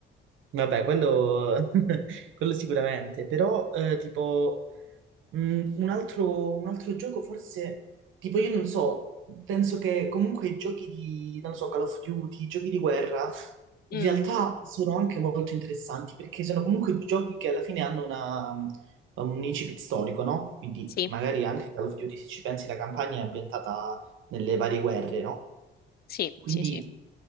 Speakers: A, on the right; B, on the left.
A: vabbè, quello, <laughs> quello sicuramente, però eh, tipo mh, un altro, un altro gioco forse, tipo io non so, penso che comunque i giochi di, non so, Call of Duty, i giochi di guerra, In
B: Mm,
A: realtà sono anche molto interessanti perché sono comunque giochi che alla fine hanno una- um, un incipit storico, no? Quindi
B: sì,
A: magari anche Call of Duty, se ci pensi, la campagna è ambientata nelle varie guerre, no?
B: sì,
A: Quindi
B: sì, sì.